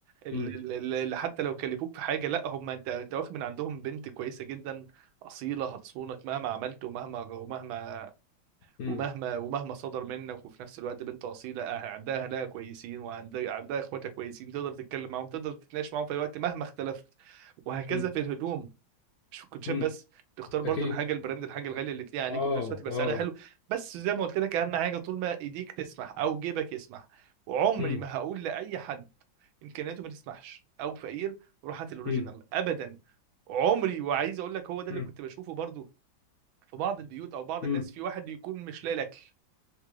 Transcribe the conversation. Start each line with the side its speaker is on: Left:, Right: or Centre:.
Right: اللي
Left: مم.
Right: حتى لو كلفوك في حاجه لا هم انت انت واخد من عندهم بنت كويسه جدا اصيله هتصونك مهما عملت ومهما ومهما
Left: مم.
Right: ومهما ومهما صدر منك وفي نفس الوقت بنت اصيله اه، عندها اهلها كويسين وعندها عندها اخواتها كويسين تقدر تتكلم معاهم تقدر تتناقش معاهم في اي وقت مهما اختلفت وهكذا
Left: مم.
Right: في الهدوم مش في الكوتشات
Left: مم.
Right: بس تختار برضو
Left: اكيد
Right: الحاجه البراند الحاجه الغاليه اللي تليق عليك
Left: اه
Right: وفي نفس الوقت يبقى
Left: اه
Right: سعرها حلو بس زي ما قلت لك اهم حاجه طول ما ايديك تسمح او جيبك يسمح وعمري
Left: مم.
Right: ما هقول لاي حد امكانياته ما تسمحش او فقير روح هات الاوريجينال
Left: مم.
Right: ابدا عمري وعايز اقول لك هو ده اللي
Left: مم.
Right: كنت بشوفه برضو في بعض البيوت او بعض
Left: مم.
Right: الناس في واحد يكون مش لاقي الاكل